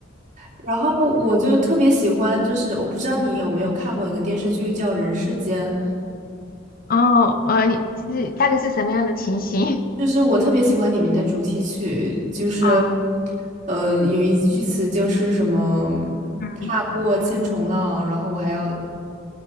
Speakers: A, on the right; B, on the left.
A: 然后我就特别喜欢，就是我不知道你有没有看过一个电视剧叫《人世间》。
B: 哦，呃，你是大概是什么样的情形？
A: 就是我特别喜欢里面的主题曲，
B: <laughs>
A: 就是，
B: 啊，
A: 呃，有一句词就是什么
B: 嗯，
A: “踏过千重浪”，然后我还要，